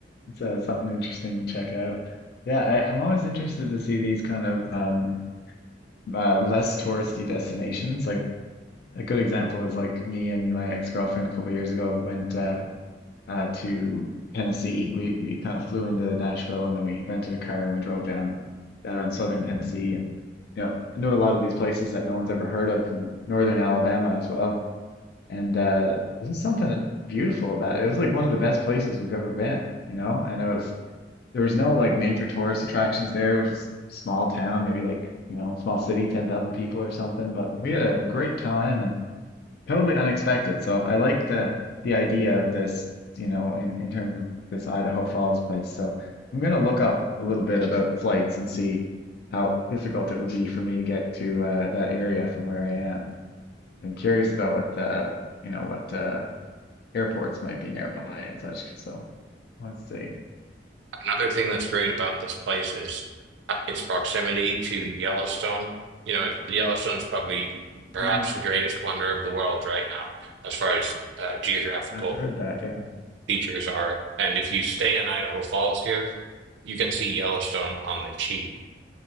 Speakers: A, on the left; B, on the right.
A: it's uh, something interesting to check out. Yeah, I, I'm always interested to see these kind of um, uh, less touristy destinations. Like a good example is like me and my ex-girlfriend a couple years ago went. Uh, uh, to Tennessee. We we kind of flew into Nashville and then we rented a car and we drove down down in southern Tennessee and you know I knew a lot of these places that no one's ever heard of from northern Alabama as well. And uh, there's something beautiful about it. It was like one of the best places we've ever been. You know, and it was there was no like major tourist attractions there. It was just small town, maybe like you know small city, ten thousand people or something. But we had a great time and totally unexpected. So I like the the idea of this, you know, in in terms of this Idaho Falls place. So I'm gonna look up a little bit about the flights and see how difficult it would be for me to get to uh, that area from where I am. I'm curious about what uh, you know, what uh, airports might be nearby and such. So let's see.
B: Another thing that's great about this place is uh, its proximity to Yellowstone. You know, it- Yellowstone's probably perhaps
A: Mm,
B: the greatest wonder of the world right now, as far as uh, geographical
A: I've heard that. Yeah.
B: features are. And if you stay in Idaho Falls here, you can see Yellowstone on the cheap.